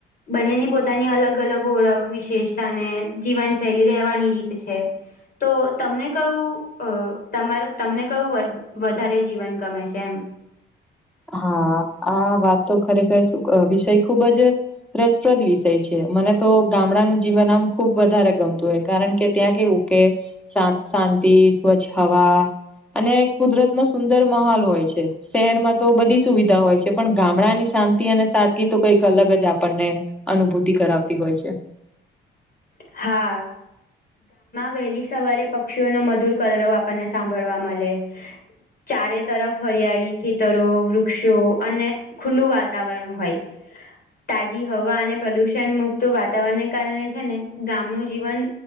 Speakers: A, on the left; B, in the centre.
A: બંનેની પોતાની અલગ અલગ ઓળખ વિશેષતાને જીવનશૈલી રહેવાની રીત છે તો તમને કયું તમારે તો તમને કયું વધારે જીવન ગમે છે એમ
B: હા આ વાત તો ખરેખર શ વિષય ખુબ જ રસપ્રદ વિષય છે મને તો ગામડાનું જીવન આમ ખુબ વધારે ગમતું હોય કારણ કે ત્યાં કેવું કે શાંતિ સ્વચ્છ હવા અને કુદરત નો સુંદર મહહોલ હોય છે શહેરમાં તો બધી સુવિધા હોય છે પણ ગામડાની શાંતિ અને સાદગી તો કંઈક અલગ જ આપણને અનુભૂતિ કરાવતી હોય છે
A: હા વહેલી સવારે પક્ષીઓનો મધુર કરવ આપણને મળે ચારે તરફ હરિયાળી ખેતરો વૃક્ષો અને ખુલ્લું વાતાવરણ હોય તાજી હવા અને પ્રદુષણ મુક્ત વાતાવરણને કારણે છે ને ગામનું જીવન